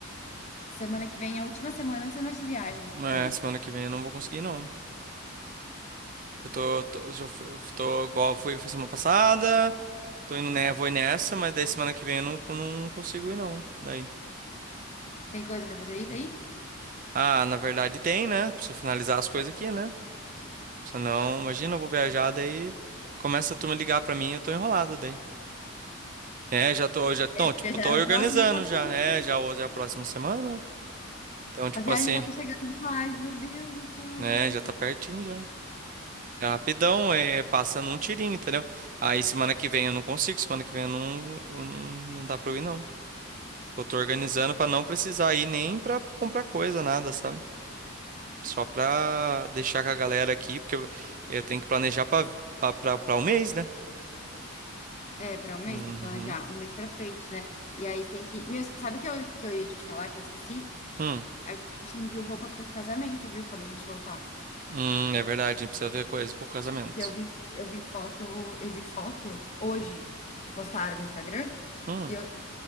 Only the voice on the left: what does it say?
Semana que vem é a última semana antes da nossa viagem,
daí.
Tem coisa pra fazer aí daí?
É Porque
já
era
o próximo final de
semana.
A viagem
já tá chegando demais, meu Deus do céu,
velho.
É, pra um mês
tem que planejar, um mês pra frente, né? E aí tem que. Meu, sabe o que eu, que eu ia te falar, que eu esqueci?
A gente não viu roupa pro casamento, viu? Quando a gente voltar.
Porque eu vi, eu vi foto, eu vi foto hoje que postaram no Instagram
e eu,